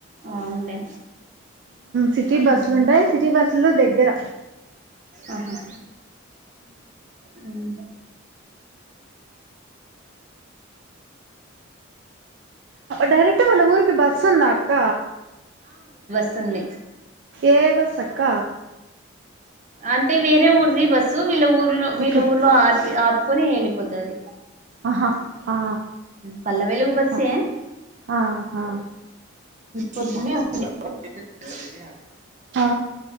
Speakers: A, on the right; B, on the right.
A: అవునులే
B: సిటీ
A: హమ్
B: బస్సులు ఉంటాయి సిటీ బస్సులో దగ్గర
A: ఆహా హమ్
B: డైరెక్ట్ వాళ్ళ ఊరుకి బస్ ఉందా అక్ అక్క
A: సున్నీ
B: ఏ బస్ అక్క
A: అంటే వేరే ఊరిది బస్సు వీళ్ళ ఊర్లో వీళ్ళ
B: ఓకే
A: ఊర్లో అప్ ఆపుకొని వెళ్లిపోతది
B: అహా ఆ
A: పల్లె వెలుగు బస్సే
B: అ ఆ హా.
A: పొద్దున్నే <unintelligible>
B: ఆ